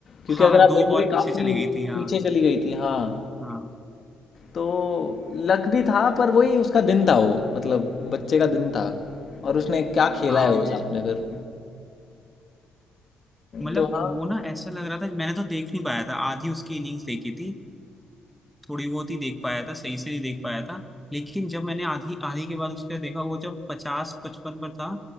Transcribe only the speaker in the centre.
हाँ
हाँ
दो
बॉल पीछे
चली गई थी हाँ
हाँ
हाँ
मतलब
वो ना ऐसा लग रहा था मैंने तो देख नहीं पाया था आधी उसकी इनिंग्स देखी थी थोड़ी बहुत ही देख पाया था सही से ही देख पाया था लेकिन जब मैंने आधी आधी के बाद उसके देखा वो जब पचास पचपन पर था